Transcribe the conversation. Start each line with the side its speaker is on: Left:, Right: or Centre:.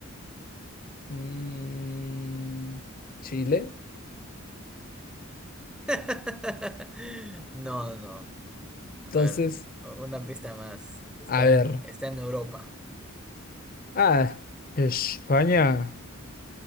Left: Mm, Chile.
Centre: <laughs> No, no, no. A
Left: Entonces...
Centre: ver, u- una pista más. Está
Left: A ver.
Centre: en, está en Europa.
Left: Ah, España.